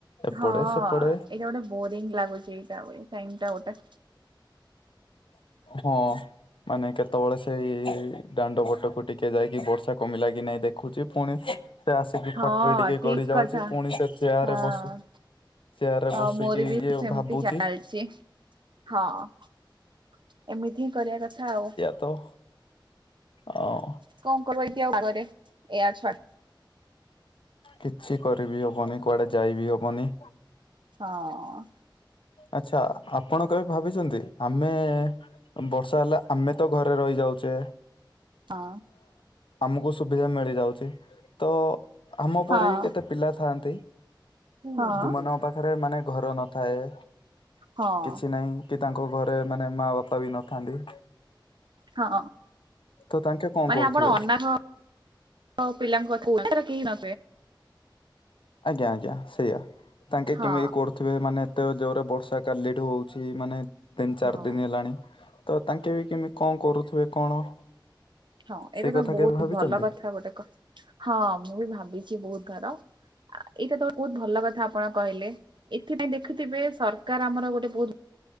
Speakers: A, on the left; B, on the right.
A: ଏପଟେ
B: ହଁ
A: ସେପଟେ।
B: ଏଇଟା ଗୋଟେ ବୋରିଙ୍ଗ ଲାଗୁଚି ଏଇଟା ଇଟା ଗୋଟେ।
A: ହଁ। ମାନେ କେତେବେଳେ ସେଇ ଦାଣ୍ଡ ବଟକୁ ଟିକେ ଯାଇକି ବର୍ଷା କମିଲା କି ନହିଁ ଦେଖୁଚି ପୁଣି ସେ ଆସିକି
B: ହଁ
A: ଖଟ ରେ ଟିକେ
B: ଠିକ
A: ଗଡି ଯାଉଚି
B: କଥା
A: ପୁଣି ସେ ଚେୟ
B: ହଁ।
A: ରେ ବସ ଚେୟାରରେ
B: ହଁ
A: ବସିକି
B: ମୋର ବି
A: ଇଏ
B: ସେମିତି
A: ଭାବୁଚି।
B: ଚାଲିଛି ହଁ ଏମିତି ହିଁ କରିବା କଥା ଆଉ।
A: ତ। ଓଉ
B: କଣ କର <unintelligible> ପାଗରେ ଏଆ ଛଡ
A: କିଛି କରିବି ହବନି କୁଆଡେ ଯାଇବି ହବନି।
B: ହଁ।
A: ଆଛା ଆପଣ କେବେ ଭାବିଚନ୍ତି ଆମେ ବର୍ଷା ହେଲା ଆମେ ତ ଘରେ ରହିଯାଉଚେ।
B: ହଁ।
A: ଆମକୁ ସୁବିଧା ମିଳିଯାଉଚି ତ ଆମ ଉପରେ
B: ହଁ
A: ବି କେତେ ପିଲା ଥାଆନ୍ତି
B: ହଁ
A: ଯୋଉମାନଙ୍କ ପାଖରେ ମାନେ ଘର ନଥାଏ।
B: ହଁ
A: କିଛି ନାହିଁ କି ତାଙ୍କ ଘରେ ମାନେ ମା ବାପା ବି ନଥାନ୍ତି।
B: ହଁ
A: ତ ତାଙ୍କେ କଣ
B: ମାନେ
A: କରୁଥିବେ
B: ଆପଣ ଅନା ହୋଉ ପିଲାଙ୍କ କଥା ହୁ କେହି <unintelligible>
A: ଆଜ୍ଞା ଆଜ୍ଞା ସେଇଆ ତାଙ୍କେ
B: ହଁ
A: କେମିତି କର ଥିବେ ମାନେ ଏତେ ଜୋର ରେ ବର୍ଷା କାଲିଠୁ ହୋଉଚି ମାନେ ତିନି ଚାରି
B: ହଁ
A: ଦିନ ହେଲାଣି। ତ ତାଙ୍କେ ବି କେମିତି କଣ କରୁଥିବେ କଣ?
B: ହଁ
A: ସେଇ
B: ଏଇଟା ତ
A: କଥା
B: ବୋହୁତ
A: କେବେ ଭାବିଛନ୍ତି
B: ଭଲ କଥା ଗୋଟେ ହଁ ମୁଁ ବି ଭାବିଚି ବୋହୁତ ଥର। ଏଇଟା ତ ବୋହୁତ ଭଲ କଥା ଆପଣ କହିଲେ ଏଥିପାଇଁ ଦେଖୁଥିବେ ସରକାର ଆମର ଗୋଟେ ବୋହୁତ